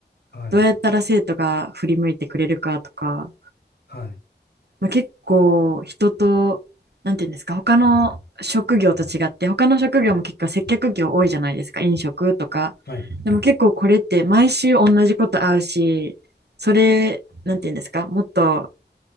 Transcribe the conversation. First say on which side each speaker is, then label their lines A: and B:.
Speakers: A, on the left; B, on the right.
A: はい。
B: どうやったら生徒が振り向いてくれるかとか、
A: はい。
B: まあ、結構人と、なんていうんですか、他の職業と違って、他の職業も結構接客業多いじゃないですか、飲食とか。
A: はい。
B: でも結構これって毎週同じこと会うし、
A: はい。
B: それ、なんていうんですか、もっと